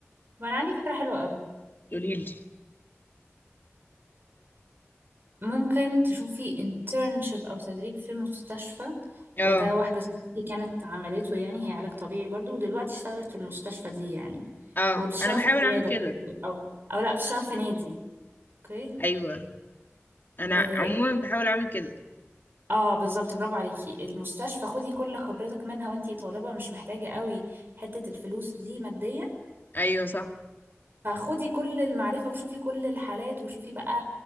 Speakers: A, on the right (about 50°); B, on the left (about 45°).
A: وانا عندي فكره حلوه قوي
B: قوليلي
A: ممكن تشوفي انترنشيب او تدريب في مستشفى
B: اه
A: وده واحدة زميلتي كانت عملته يعني هي علاج طبيعي برضو ودلوقتي اشتغلت في المستشفى دي يعني
B: اه
A: وبتشتغل
B: انا بحاول
A: في عيادة
B: اعمل كده
A: برضو او او لا بتشتغل في نادي اوكي
B: ايوه انا
A: اه,
B: عموما بحاول اعمل كده
A: آه بالظبط برافو عليكي المستشفى خدي كل خبرتك منها وانتي طالبة مش محتاجة قوي حتة الفلوس دي ماديا
B: ايوه صح
A: فخدي كل المعرفة وشوفي كل الحالات وشوفي بقى